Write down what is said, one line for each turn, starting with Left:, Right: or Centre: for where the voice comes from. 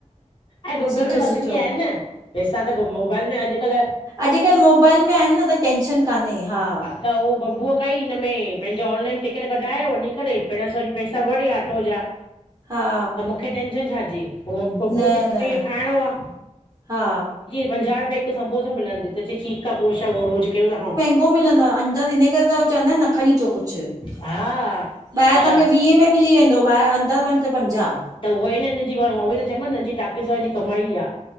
Left: ऐं गूगल
Right: सुठो
Left: में सभिन
Right: सुठो
Left: खे आहिन न पैसा त मोबाइल में अॼकल।
Right: अॼकल मोबाइल में आहिन न त टेंशन कान्हे हा
Left: त उह बबू कई हिनमें पंहिंजो ऑनलाइन टिकट कढायो वञी करे पहिरो सॼी पैसा भरिया ऑटो जा
Right: हा
Left: टैंशन छा जी, ब्बू
Right: न
Left: चय
Right: न
Left: पयो खएंनो आ
Right: हा
Left: पंजाह रुपए हिक संबोसो मिलंदी त चय ठीक आ पो छाअ रोज़ केड़ो त खांउ?
Right: अॻो मिलंदो आ अंदर हिन करे त हू चवंदा आहिन न खणी अच कुछ।
Left: हा
Right: ॿाहिर
Left: त
Right: तव्हांखे वीह में मिली वेंदो ॿाहिर अंदर वञ त पंजाह।
Left: त उहो ई न हिनन जी उहो ई त चयोमांन हिनन जी तोकिज़ वार जी कमाई आ।